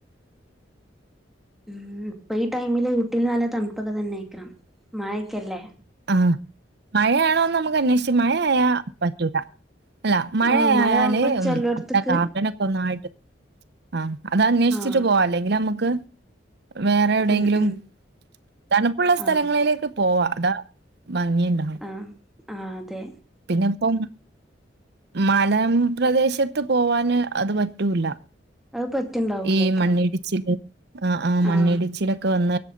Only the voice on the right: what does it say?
ആഹ് മഴയാണോന്ന് നമുക്ക് അന്വേഷിച്ച് മഴ ആയാ പറ്റൂല അല്ല മഴയായല്
അമ്മടെ ഗാർഡനൊക്കെ ഒന്നായിട്ട് ആഹ് അത് അന്വേഷിച്ചിട്ട്
പോവാ അല്ലെങ്കിൽ നമുക്ക് വേറെ എവിടെെങ്കിലും
തണുപ്പുള്ള സ്ഥലങ്ങളില്
പോവാ അതാ ഭങ്ങിണ്ടാവ
പിന്നെ അപ്പം മലം പ്രദേശത്ത് പോവാന് അത് പറ്റൂല്ല
ഈ മണ്ണിടിച്ചിൽ ആ ആ
മണ്ണിടിച്ചിലൊക്കെ വന്ന